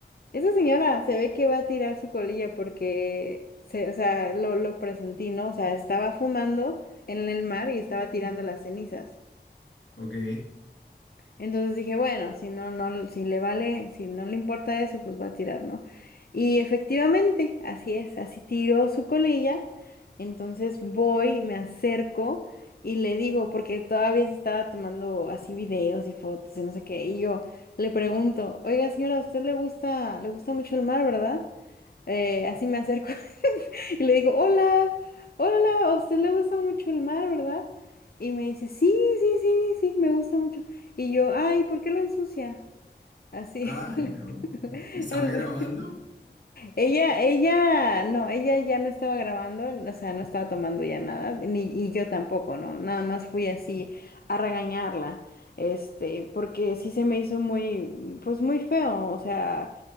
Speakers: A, on the left; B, on the left.
A: esta señora se ve que va a tirar su colilla porque, se, o sea, lo, lo presentí, ¿no? O sea, estaba fumando en el mar y estaba tirando las cenizas.
B: ok.
A: Entonces dije, bueno, si no, no, si le vale, si no le importa eso, pues va a tirar, ¿no? Y efectivamente, así es, así tiró su colilla. Entonces voy, me acerco y le digo, porque todavía se estaba tomando así videos y fotos y no sé qué, y yo le pregunto, oiga señora, ¿a usted le gusta, le gusta mucho el mar, ¿verdad? Eh, así me acerco <laughs> y le digo, hola, hola, a usted le gusta mucho el mar, ¿verdad? Y me dice, sí, sí, sí, sí, me gusta mucho. Y yo, ay, ¿por qué lo ensucia? Así.
B: Ay,
A: <laughs>
B: no. ¿Y estaba
A: Así.
B: grabando?
A: Ella, ella, no, ella ya no estaba grabando, o sea, no estaba tomando ya nada, ni, y yo tampoco, ¿no? Nada más fui así a regañarla, este, porque sí se me hizo muy, pues muy feo, o sea,